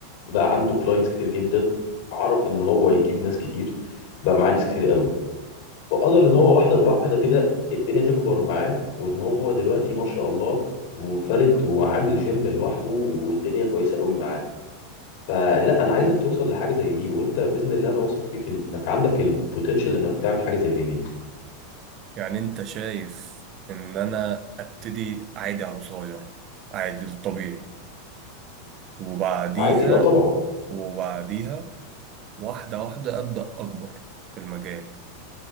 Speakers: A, on the left; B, on the right.
A: بقى عنده كلاينتس كتير جدا عرف ان هو يجيب ناس كتير بقى معاه ناس كتير قوي فقدر ان هو واحده بواحده كده الدنيا تكبر معاه وان هو دلوقتي ما شاء الله منفرد وعامل جيم لوحده والدنيا كويسه قوي معاه فلا انا عايزك توصل لحاجه زي دي وانت باذن الله انا واثق فيك انك عندك البوتنشال انك تعمل حاجه زي دي
B: يعني أنت شايف إن أنا أبتدي عادي على صغير عادي الطبيعي وبعديها
A: عادي اه طبعا
B: وبعديها واحدة واحدة أبدأ أكبر في المجال